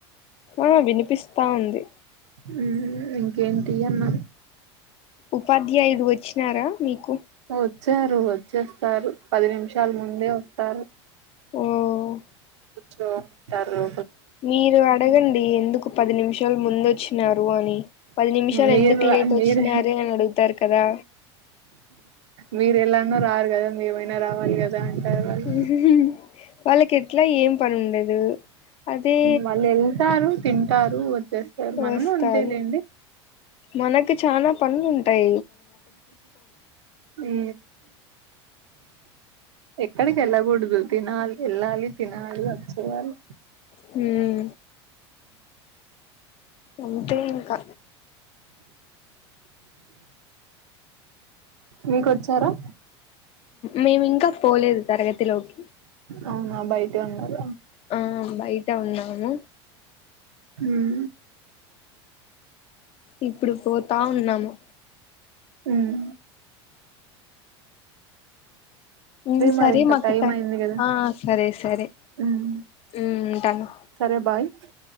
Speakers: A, on the left; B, on the right.
A: ఆ వినిపిస్ త ఉంది
B: మ్ ఇంకేంటీఅన్న
A: ఉపాధ్యాయుడు వచ్చినారా మీకు
B: వచ్చారు వచ్చేస్తారు పది నిమిషాల ముందే వస్తారు
A: ఓ
B: పచ్చో తర్రు
A: మీరు అడగండి ఎందుకు పది నిమిషాలు ముందు వచ్చినారు. అని పది నిమిషాలు
B: మీరు
A: ఎందుకు లేట్ వచ్చినార
B: మీరు
A: అని అడుగుతారు కదా.
B: మీరు ఎలానో రారు కదా మిమైనా రావాలి కదా. అంటారు వాళ్ళు
A: <unintelligible> వాళ్ళకి ఎట్లా ఏం పని ఉండదు. అదే
B: వాళ్ళు ఎంతారు తింటారు వచ్చేస్తారు మనము
A: వస్తారు
B: అంతేలేండి
A: మనకు చాలా పనులు ఉంట టై
B: అ ఎక్కడికి వెళ్ళకూడదు తినాలి వెళ్ళాలి తినాలి వచ్చియాలి
A: హ అంటే ఇంకా
B: మీకు వచ్చారా
A: మేము ఇంకా పోలేదు తరగతి తెలుకి
B: అవునా బయట ఉండద
A: ఆ బయట ఉన్నాము
B: ఉమ్,
A: ఇప్పుడు పోతా ఉన్నాము
B: ఉమ్.
A: ఉ సరే
B: మరి ఇంకా
A: మా
B: టైం
A: కట్ట
B: అయింది కదా
A: ఆ సరే సరే
B: ఉమ్,
A: హ తను
B: సరే బాయ్